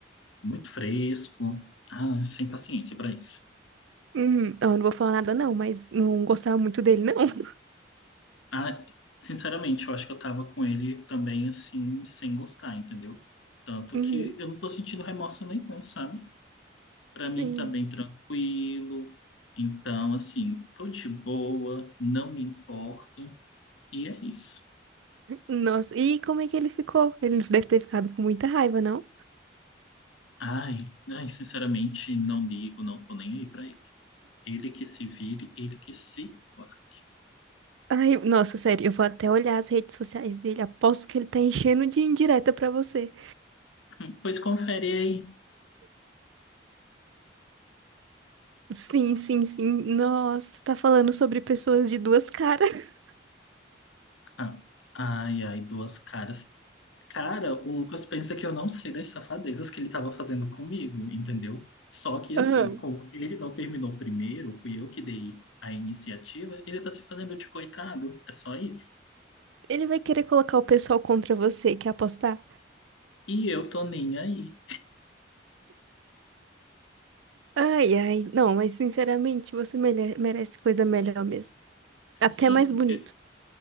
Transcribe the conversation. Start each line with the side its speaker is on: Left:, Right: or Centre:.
Left: Muito fresco. Ah, sem paciência para isso.
Right: Hum, eu não vou falar nada não, mas não gostava muito dele, não. <laughs>
Left: Ah, sinceramente, eu acho que eu tava com ele também assim, sem gostar, entendeu? Tanto
Right: Uhum,
Left: que eu não tô sentindo remorso nenhum, sabe? Pra
Right: sim.
Left: mim tá bem tranquilo. Então, assim, tô de boa, não me importo. E é isso.
Right: Nossa, e como é que ele ficou? Ele deve ter ficado com muita raiva, não?
Left: Ai, ai, sinceramente, não ligo, não tô nem aí pra ele. Ele que se vire, ele que se lasque.
Right: Ai, nossa, sério, eu vou até olhar as redes sociais dele. Aposto que ele tá enchendo de indireta pra você.
Left: Hum, Pois confere aí.
Right: Sim, sim, sim. Nossa, tá falando sobre pessoas de duas caras. <laughs>
Left: Ah, ai, ai, duas caras. Cara, o Lucas pensa que eu não sei das safadezas que ele tava fazendo comigo, entendeu? Só que assim,
Right: Aham.
Left: como ele não terminou primeiro, fui eu que dei a iniciativa, ele tá se fazendo de coitado. É só isso.
Right: Ele vai querer colocar o pessoal contra você, quer apostar?
Left: E eu tô nem aí.
Right: Ai, ai, não, mas sinceramente, você mere- merece coisa melhor mesmo. Até
Left: Sim,
Right: mais bonito.
Left: eu,